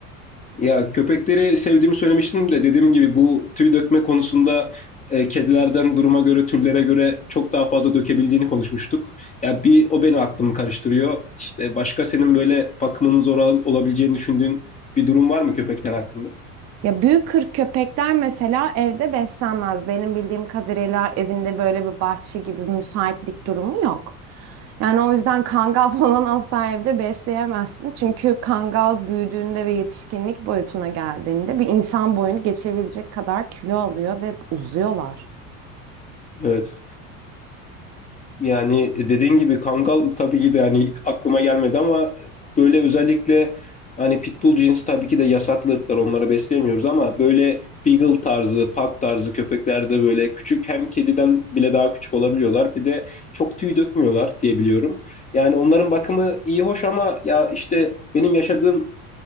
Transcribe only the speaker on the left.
Ya köpekleri sevdiğimi söylemiştim de dediğim gibi bu tüy dökme konusunda e, kedilerden duruma göre türlere göre çok daha fazla dökebildiğini konuşmuştuk. Ya bir o beni aklımı karıştırıyor. İşte başka senin böyle bakımının zor ol- olabileceğini düşündüğün bir durum var mı köpekler hakkında?
Evet. Yani dediğin gibi Kangal tabii ki de hani aklıma gelmedi ama böyle özellikle hani Pitbull cinsi tabii ki de yasaklı ırklar onları besleyemiyoruz ama böyle Beagle tarzı, Pug tarzı köpeklerde böyle küçük hem kediden bile daha küçük olabiliyorlar. Bir de çok tüy dökmüyorlar diye biliyorum. Yani onların bakımı iyi hoş ama ya işte benim yaşadığım